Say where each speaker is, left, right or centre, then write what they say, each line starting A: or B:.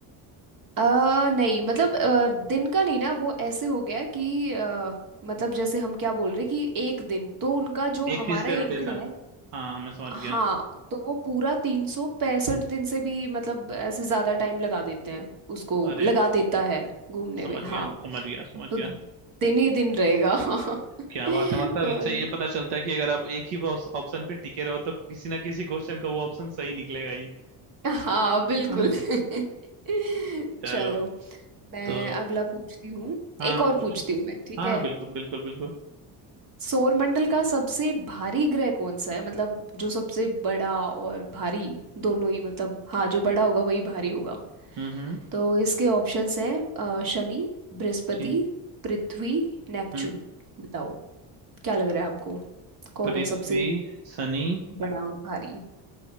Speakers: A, on the right; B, on the right.
A: आ, नहीं मतलब अ, दिन का नहीं ना वो ऐसे हो गया कि अ, मतलब जैसे हम क्या बोल रहे कि एक दिन तो उनका जो
B: एक
A: हमारा
B: चीज पे रोटेशन
A: एक दिन है
B: हाँ मैं समझ
A: हाँ
B: गया
A: तो वो पूरा तीन सौ पैंसठ दिन से भी मतलब ऐसे ज़्यादा टाइम लगा देते हैं उसको
B: अरे
A: लगा
B: वाह
A: देता है घूमने
B: समझ
A: में
B: गया
A: हाँ
B: समझ गया समझ
A: तो
B: गया
A: दिन ही दिन रहेगा हाँ
B: क्या
A: <laughs>
B: बात है मतलब
A: और-
B: इससे ये पता चलता है कि अगर आप एक ही ऑप्शन पे टिके रहो तो किसी ना किसी क्वेश्चन का वो ऑप्शन सही निकलेगा ही
A: हाँ बिल्कुल
B: हाँ
A: <laughs>
B: चलो
A: चलो मैं
B: तो
A: अगला पूछती हूँ
B: हाँ हाँ
A: एक और
B: पूछो
A: पूछती हूँ मैं ठीक
B: हाँ
A: है
B: हाँ बिल्कुल बिल्कुल बिल्कुल
A: सौरमंडल का सबसे भारी ग्रह कौन सा है मतलब जो सबसे बड़ा और भारी दोनों ही मतलब हाँ जो बड़ा होगा वही भारी होगा
B: हम्म हम्म
A: तो इसके ऑप्शंस हैं अ, शनि बृहस्पति
B: ठीक
A: पृथ्वी नेपच्यून
B: हम्म
A: बताओ क्या लग रहा है आपको कौन
B: पृथ्वी
A: है सबसे
B: शनि
A: बड़ा और भारी